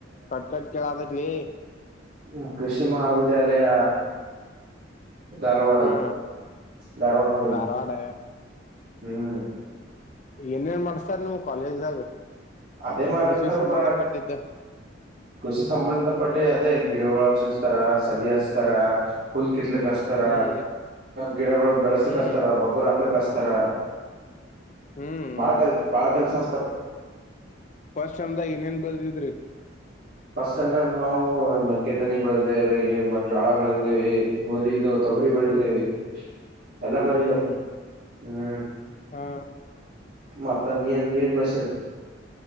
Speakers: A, on the left; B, on the right.
A: ಕಟ್ ಕಟ್ ಕೆಲತೆತಿ ಲೆ.
B: ಹ್ಮ್ ಕೃಷಿ ಮಹಾಾವಿದ್ಯಾಲಯ. ಧಾರವಾಡ
A: ಹಾ
B: ಧಾರವಾಡ ಮಾಡೇನಿ
A: ಧಾರವಾಡ
B: ಹ್ಮ್.
A: ಏನ್ ಏನ್ ಮಾಡ್ಸ್ತಾರ ನಿಮ್ ಕಾಲೇಜ್ದಾಗ.
B: ಅದೇ ಮಾಡ್ಸ್ಥರಪ್ಪ.
A: ಕೃಷಿ ಸಂಬಂಧಪಟ್ಟಿದ್ದ
B: ಕೃಷಿ ಸಂಬಂಧಪಟ್ಟೆ
A: ಹ್ಮ್
B: ಅದೇ ಗಿಡಗಳು ಚಸ್ತಾರ ಸಸಿಗೋಲ್. ತಾರ ಹುಲ್ ಕಿತ್ಲಕ್ಸ್ತಾರ
A: ಹ್ಮ್
B: ಗಿಡಗಳು ಬೆಳಸಕ್ಸ್ತಾರ
A: ಹ್ಮ್
B: ಗೊಬ್ಬರ ಹಾಕ್ಲಿಕ್ ಹಸ್ತಾರ್. ತರ
A: ಹ್ಮ್
B: ಬಾಳ ಕೆಲ್ ಬಾಳ ಕೆಲ್ಸತಾರ.
A: ಫಸ್ಟ್ ಟೈಮದಾಗ ಏನಏನ್ ಬೆಳೆದಿದ್ರಿ.
B: ಫಸ್ಟ್ ಅಂದ್ರ ನಾವು ನಂಕತನಿ ಬೆಳದೇವ್ರೀ ಮ ಜೋಳ ಬೆಳೆದೇವಿ ಗೋಧಿ. ತೊಗರಿಬೇಳೆ ಬೆಳೆದಿದ್ದೇವೆ
A: ಹ್ಮ್
B: ಎಲ್ಲ ಬೆಳದೇವ
A: ಹ್ಮ್
B: ಹ್ಮ್.
A: ಹಾ
B: ಮತ್ತ ನೀ ನೀವ ಏನ್ ಬೆಳೆಸಿರಿ.